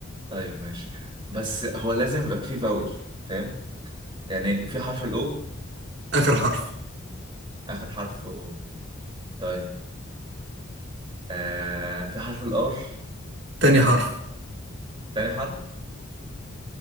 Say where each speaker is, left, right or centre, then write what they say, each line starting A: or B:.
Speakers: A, on the right; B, on the right.
A: طيب ماشي بس هو لازم يبقى فيه فاول فاهم يعني في حرف الاو
B: آخر حرف
A: اخر حرف او طيب آه في حرف الار
B: تاني حرف
A: تاني حرف